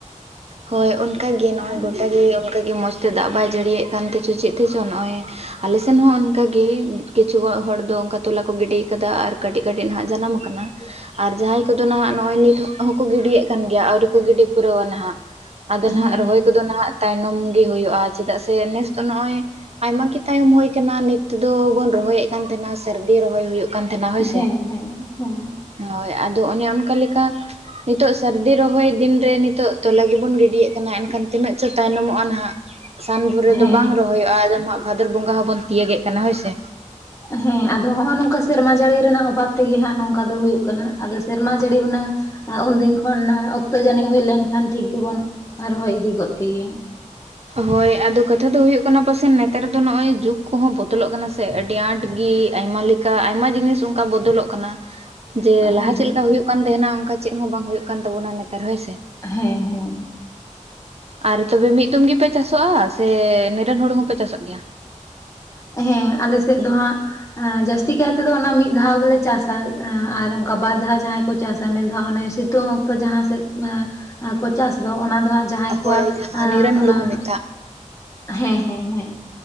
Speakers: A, on the right; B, on the left.
A: ᱦᱳᱭ ᱚᱱᱠᱟ ᱜᱮ ᱱᱚᱜᱼᱚᱭ
B: ᱦᱮᱸ
A: ᱜᱚᱴᱟ ᱜᱮ ᱚᱱᱠᱟ ᱜᱮ ᱢᱚᱡᱽ ᱛᱮ ᱫᱟᱜ ᱵᱟᱭ ᱡᱟᱹᱲᱤᱭᱮᱫ ᱠᱟᱱ ᱛᱮᱪᱚ ᱪᱮᱫ ᱛᱮᱪᱚ ᱱᱚᱜᱼᱚᱭ ᱟᱞᱮ ᱥᱮᱱ ᱦᱚᱸ ᱚᱱᱠᱟ ᱜᱮ ᱠᱤᱪᱷᱩ ᱦᱚ ᱦᱚᱲ ᱫᱚ ᱚᱱᱠᱟ ᱛᱚᱞᱟ ᱠᱚ ᱜᱤᱰᱤ ᱟᱠᱟᱫᱟ ᱟᱨ ᱠᱟᱹᱴᱤᱡ ᱠᱟᱹᱴᱤᱡ ᱱᱟᱦᱟᱜ ᱡᱟᱱᱟᱢ ᱟ- ᱠᱟᱱᱟ ᱟᱨ ᱡᱟᱦᱟᱸᱭ ᱠᱚᱫᱚ ᱱᱟᱦᱟᱜ ᱱᱚᱜᱼᱚᱭ ᱱᱤᱛ ᱦᱚᱸᱠᱚ ᱜᱤᱰᱤᱭᱮᱫ ᱠᱟᱱ ᱜᱮᱭᱟ ᱟᱹᱣᱨᱤ ᱠᱚ ᱜᱤᱰᱤ ᱯᱩᱨᱟᱹᱣᱟ ᱱᱟᱦᱟᱜ ᱟᱫᱚ ᱱᱟᱦᱟᱜ
B: ᱦᱮᱸ
A: ᱨᱚᱦᱚᱭ ᱠᱚᱫᱚ ᱱᱟᱦᱟᱜ ᱛᱟᱭᱱᱚᱢ ᱜᱮ ᱦᱩᱭᱩᱜᱼᱟ ᱪᱮᱫᱟᱜ ᱥᱮ ᱱᱮᱥ ᱫᱚ ᱱᱚᱜᱼᱚᱭ ᱟᱭᱢᱟᱜᱤ ᱛᱟᱭᱚᱢ ᱦᱳᱭ ᱟᱠᱟᱱᱟ ᱱᱤᱛ ᱛᱮᱫᱚ ᱵᱚᱱ ᱨᱚᱦᱚᱭᱮᱫ ᱠᱟᱱ ᱛᱟᱦᱮᱱᱟ ᱥᱟᱹᱨᱫᱤ ᱨᱚᱦᱚᱭ ᱦᱩᱭᱩᱜ ᱠᱟᱱ ᱛᱷᱮᱱᱟ ᱦᱳᱭ
B: ᱦᱮᱸ
A: ᱥᱮ᱾
B: ᱦᱮᱸ ᱦᱮᱸ
A: ᱦᱳᱭ ᱟᱫᱚ ᱚᱱᱮ ᱚᱱᱠᱟ ᱞᱮᱠᱟ ᱱᱤᱛᱚᱜ ᱥᱟᱹᱨᱫᱤ ᱨᱚᱦᱚᱭ ᱫᱤᱱ ᱨᱮ ᱱᱤᱛᱚᱜ ᱛᱚᱞᱟ ᱜᱮᱵᱚᱱ ᱜᱤᱰᱤᱭᱮᱫ ᱠᱟᱱᱟ ᱮᱱᱠᱷᱟᱱ ᱛᱤᱱᱟᱹᱜ ᱪᱚ ᱛᱟᱭᱱᱚᱢᱚᱜᱼᱟ ᱱᱟᱦᱟᱜ᱾ ᱥᱟᱱ ᱵᱷᱩᱨ ᱨᱮᱫᱚ
B: ᱦᱮᱸ
A: ᱵᱟᱝ ᱨᱚᱦᱚᱭᱚᱜᱼᱟ ᱮᱫᱚᱢ ᱦᱟᱸᱜ ᱵᱷᱟᱫᱚᱨ ᱵᱚᱸᱜᱟ ᱦᱚᱸᱵᱚᱱ ᱛᱤᱭᱟᱹᱜᱮᱫ ᱠᱟᱱᱟ ᱦᱳᱭᱥᱮ᱾
B: ᱦᱮᱸ ᱟᱫᱚ ᱦᱚᱜᱼᱚ ᱱᱚᱝᱠᱟ ᱥᱮᱨᱢᱟ ᱡᱟᱹᱲᱤ ᱨᱮᱱᱟᱜ ᱚᱵᱷᱟᱵ ᱛᱮᱜᱮ ᱦᱟᱸᱜ ᱱᱚᱝᱠᱟ ᱫᱚ ᱦᱩᱭᱩᱜ ᱠᱟᱱᱟ ᱟᱫᱚ ᱥᱮᱨᱢᱟ ᱡᱟᱹᱲᱤ ᱦᱩᱱᱟᱹᱝ ᱟ ᱩᱱᱫᱤᱱ ᱠᱷᱚᱱ ᱚᱠᱛᱚ ᱡᱟᱹᱱᱤᱡ ᱦᱩᱭ ᱞᱮᱱᱠᱷᱟᱱ ᱴᱷᱤᱠ ᱜᱮᱵᱚᱱ ᱨᱚᱦᱚᱭ ᱤᱫᱤ ᱜᱚᱫ ᱠᱮᱜᱮᱭᱟ᱾
A: ᱦᱳᱭ ᱟᱫᱚ ᱠᱟᱛᱷᱟ ᱫᱚ ᱦᱩᱭᱩᱜ ᱠᱟᱱᱟ ᱯᱟᱥᱮᱱ ᱱᱮᱛᱟᱨ ᱫᱚ ᱱᱚᱜᱼᱚᱭ ᱡᱩᱜᱽ ᱠᱚᱦᱚᱸ ᱵᱚᱫᱚᱞᱚᱜ ᱠᱟᱱᱟ ᱥᱮ ᱟᱹᱰᱤ ᱟᱸᱴ ᱜᱮ ᱟᱭᱢᱟ ᱞᱮᱼᱼ ᱠᱟ ᱟᱭᱢᱟ ᱡᱤᱱᱤᱥ ᱚᱱᱠᱟ ᱵᱚᱫᱚᱞᱚᱜ ᱠᱟᱱᱟ᱾ ᱡᱮ
B: ᱦᱮᱸ
A: ᱞᱟᱦᱟ ᱪᱮᱫ ᱞᱮᱠᱟ ᱦᱩᱭᱩᱜ ᱠᱟᱱ ᱛᱟᱦᱮᱱᱟ ᱚᱱᱠᱟ ᱪᱮᱫ ᱦᱚᱸ ᱵᱟᱝ ᱦᱳᱭᱳᱜ ᱠᱟᱱ ᱛᱟᱵᱚᱱᱟ ᱱᱮᱛᱟᱨ ᱦᱳᱭᱥᱮ᱾
B: ᱦᱮᱸ ᱦᱮᱸ᱾
A: ᱟᱨ ᱛᱚᱵᱮ ᱢᱤᱫ ᱫᱚᱢ ᱜᱮᱯᱮ ᱪᱟᱥᱚᱜᱼᱟ ᱥᱮ ᱱᱤᱨᱟᱹᱱ ᱦᱩᱲᱩ ᱦᱚᱸᱯᱮ ᱪᱟᱥᱚᱜ ᱜᱮᱭᱟ?
B: ᱦᱮᱸ ᱟᱞᱮ ᱥᱮᱫ ᱫᱚ ᱦᱟᱸᱜ ᱡᱟᱹᱥᱛᱤ ᱠᱟᱭ ᱛᱮᱫᱚ ᱚᱱᱟ ᱢᱤᱫ ᱫᱷᱟᱣ ᱜᱮᱞᱮ ᱪᱟᱥᱟ ᱟᱨ ᱠᱟ ᱵᱟᱨ ᱫᱷᱟᱣ ᱡᱟᱦᱟᱸᱭ ᱠᱚ ᱪᱟᱥᱟ ᱢᱮᱱ ᱫᱚ ᱦᱟᱸᱜ ᱚᱱᱮ ᱥᱤᱛᱩᱝ ᱚᱠᱛᱚ ᱡᱟᱦᱟᱸ ᱥᱮᱫ ᱠᱚ ᱪᱟᱥ ᱫᱚ ᱚᱱᱟ ᱫᱚ ᱦᱟᱸᱜ ᱡᱟᱦᱟᱸᱭ ᱠᱚᱣᱟᱜ
A: ᱦᱳᱭ ᱡᱟᱦᱟᱸ
B: ᱟᱸ
A: ᱱᱤᱨᱚᱱ
B: ᱚᱱᱟ
A: ᱦᱩᱲᱩ ᱠᱚ ᱢᱮᱛᱟᱜ
B: ᱦᱮᱸ ᱦᱮᱸ ᱦᱮᱸ